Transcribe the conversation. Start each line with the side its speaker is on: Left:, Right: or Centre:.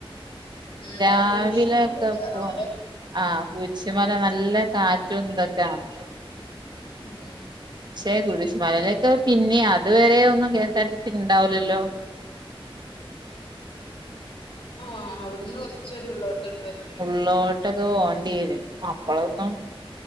Left: ഉം
Right: രാവിലെക്കെ
Left: കുരിശ്ശ്മല കേയറണൊല്ലേ
Right: പോ ആഹ് കുരിശുമല നല്ല കാറ്റും തൊക്കാണ്
Left: ഉം
Right: പക്ഷേ ഗുരിശ്മലേക്കെ
Left: ഞ
Right: പിന്നെ അതു വരെ ഒന്നും K S R T C ഉണ്ടാവൂലല്ലോ
Left: ആഹ് അവിടുന്ന് കൊറച്ചോരു ഉള്ളോട്ട്ണ്ടല്ലോല്ലേ
Right: ള്ളോ ട്ടിക്ക് പോണ്ടിയേരും അപ്പളൊന്നും